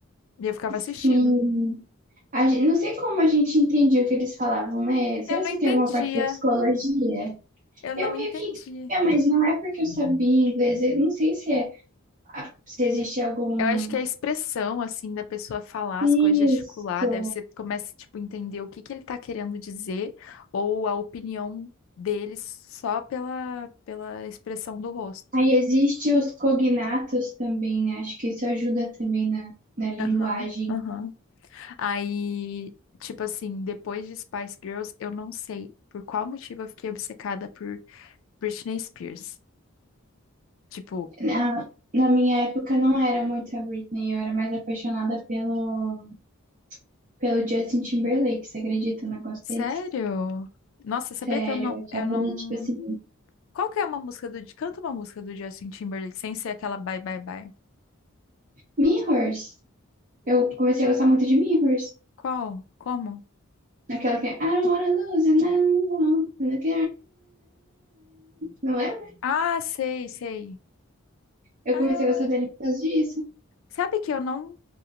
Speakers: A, on the left; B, on the right.
A: E eu ficava
B: Sim.
A: assistindo.
B: A gente, não sei como a gente entendia o que eles falavam, né? Será
A: Eu não
B: que
A: entendia,
B: tem alguma parte da psicologia?
A: eu não
B: Eu meio
A: entendi.
B: que entendia, mas não é porque eu sabia inglês. Eu não sei se é, a- se existe algum.
A: Eu acho que a expressão, assim, da pessoa falar
B: Isso.
A: as coisas, gesticular, deve ser, começa, tipo, entender o que que ele tá querendo dizer ou a opinião dele só pela, pela expressão do rosto.
B: Aí existe os cognatos também, né? Acho que isso ajuda também na, na linguagem.
A: Aham, aham. Aí, tipo assim, depois de Spice Girls, eu não sei por qual motivo eu fiquei obcecada por Britney Spears. Tipo,
B: Na, na minha época não era muito a Britney, eu era mais apaixonada pelo pelo Justin Timberlake. Você acredita num negócio
A: sério?
B: desse?
A: Nossa, sabia
B: Sério,
A: que eu não,
B: eu achava
A: eu não.
B: ele tipo assim.
A: Qual que é uma música do. Canta uma música do Justin Timberlake sem ser aquela Bye Bye Bye.
B: Mirrors. Eu comecei a gostar muito de Mirrors.
A: Qual? Como?
B: Naquela que é I don't wanna lose you now. Look Não lembra?
A: Ah, sei, sei.
B: Eu
A: Ah,
B: comecei
A: eu-
B: a gostar dele por causa disso.
A: Sabe que eu não.